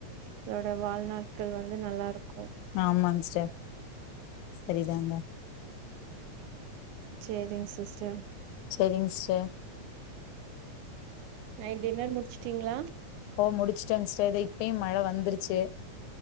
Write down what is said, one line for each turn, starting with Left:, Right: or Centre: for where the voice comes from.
Right: அதனோட வாழ்நாட்கள் வந்து நல்லா இருக்கு
Left: ஆமாங்க சிஸ்டர் சரிதாங்க
Right: சேரிங்க சிஸ்டர்
Left: செரிங்க சிஸ்டர்
Right: நைட் டின்னர் முடிச்சிட்டீங்களா
Left: ஓ முடிச்சுட்டேங்க சிஸ்டர் இத இப்பயு மழை வந்துருச்சு